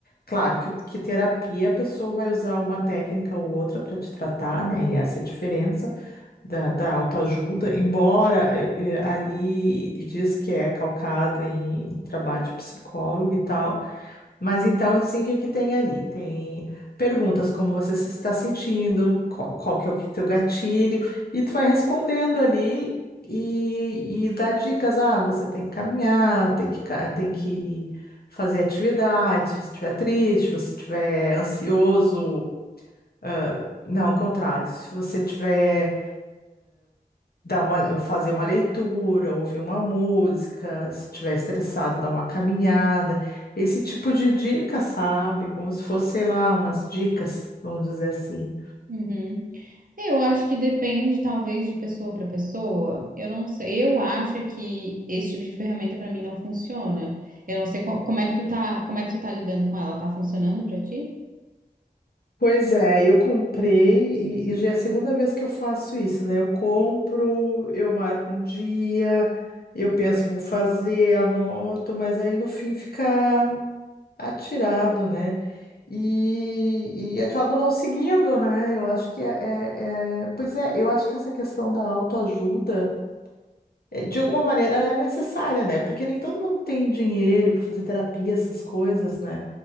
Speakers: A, on the left; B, on the right.
A: Claro que, que terapia a pessoa vai usar uma técnica ou outra para te tratar, né? E essa é a diferença da, da autoajuda, embora eh, eh, ali diz que é calcado em trabalho de psicólogo e tal. Mas então, assim, o que é que tem ali? Tem perguntas como você se está sentindo, qual, qual que é o que- teu gatilho, e tu vai respondendo ali e, e dá dicas. Ah, você tem que caminhar, tem que, ca- tem que fazer atividades, se você estiver triste, se você estiver ansioso, ah, não, ao contrário, se você estiver dar uma, fazer uma leitura, ouvir uma música, se estiver estressado, dar uma caminhada, esse tipo de dica, sabe? Como se fosse, sei lá, umas dicas, vamos dizer assim.
B: Uhum. Eu acho que depende, talvez, de pessoa para pessoa. Eu não sei. Eu acho que esse tipo de ferramenta para mim não funciona. Eu não sei co- como é que tu tá, como é que tu tá lidando com ela. Tá funcionando para ti?
A: Pois é, eu comprei e, e já é a segunda vez que eu faço isso, né? Eu compro, eu marco um dia, eu penso, vou fazer, anoto, mas aí no fim fica atirado, né? e, e acabo não seguindo, né? Eu acho que é, é- é- Pois é, eu acho que essa questão da autoajuda, é, de alguma maneira, ela é necessária, né? Porque nem todo mundo tem dinheiro para fazer terapia, essas coisas, né?